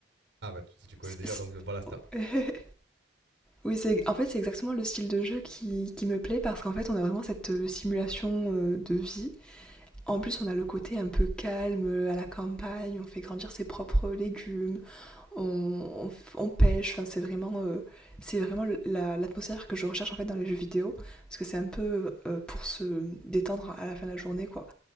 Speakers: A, on the right; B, in the centre.
A: ah bah, tu, si tu connais
B: C
A: déjà
B: c
A: donc voilà Star
B: <laughs> oui, c'est en fait, c'est exactement le style de jeu qui qui me plaît parce qu'en fait, on a vraiment cette, heu, simulation, heu, de vie. En plus, on a le côté un peu calme, heu, à la campagne, on fait grandir ses propres légumes, on, on, on pêche. Enfin, c'est vraiment, euh, c'est vraiment la- l'atmosphère que je recherche en fait dans les jeux vidéo, parce que c'est un peu euh, pour se détendre à la fin de la journée, quoi.